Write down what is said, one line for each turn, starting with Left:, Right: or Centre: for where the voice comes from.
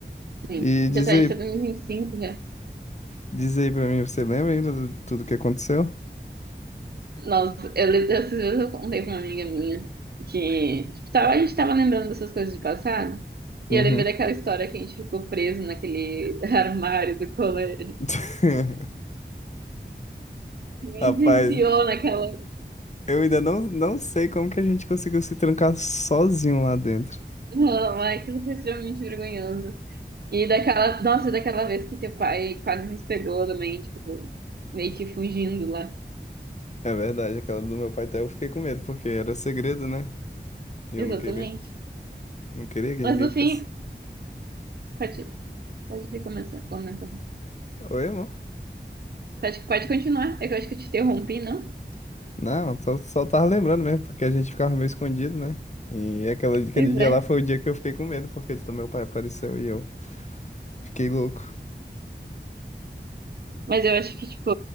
Right: Sim.
Left: E
Right: Já
Left: diz
Right: tá,
Left: aí,
Right: a gente tá em 2025 já.
Left: diz aí pra mim, você lembra ainda de tudo que aconteceu?
Right: Nossa, eu lembro dessas vezes eu contei pra uma amiga minha que tipo, tava, a gente tava lembrando dessas coisas de passado.
Left: Uhum.
Right: E eu lembrei daquela história que a gente ficou preso naquele <laughs> armário do colégio.
Left: <laughs> Rapaz,
Right: E se enfiou naquela.
Left: eu ainda não, não sei como que a gente conseguiu se trancar sozinho lá dentro.
Right: Não, ai, aquilo foi extremamente vergonhoso. E daquela. Nossa, daquela vez que teu pai quase nos pegou também, tipo, meio que fugindo lá.
Left: É verdade, aquela do meu pai até eu fiquei com medo, porque era segredo, né? E
Right: Exatamente.
Left: eu não queria, não queria que ninguém
Right: Mas no
Left: ficasse.
Right: fim, pode, pode começar a comentar.
Left: Oi, amor?
Right: Pode, pode continuar. É que eu acho que eu te interrompi, não?
Left: Não, só, só tava lembrando mesmo, porque a gente ficava meio escondido, né? E aquela, aquele
Right: Pois
Left: dia
Right: é.
Left: lá foi o dia que eu fiquei com medo, porque do meu pai apareceu e eu fiquei louco.
Right: Mas eu acho que, tipo,